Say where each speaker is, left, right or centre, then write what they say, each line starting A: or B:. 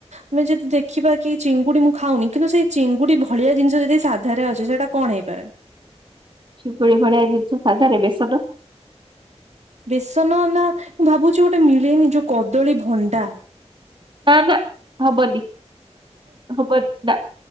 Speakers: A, on the right (about 80°); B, on the right (about 45°).
A: ଆମେ ଯଦି ଦେଖିବା କି ଚିଙ୍ଗୁଡି ମୁଁ ଖାଉନି କିନ୍ତୁ ସେଇ। ଚିଙ୍ଗୁଡି ଭଳିଆ ଜିନିଷ ଯଦି ସାଧାରେ ଅଛି ସେଇଟା କଣ ହେଇପାରେ।
B: ଚିଙ୍ଗୁଡ଼ି ଭଳିଆ ଜିନିଷ ସାଧାରେ ବେସନ।
A: ବେସନ ନା ମୁଁ ଭାବୁଛି ଗୋଟେ ମିଳେନି ଯୋଉ କଦଳୀ ଭଣ୍ଡା।
B: ନା ନା ହବନି ହବନି ନା।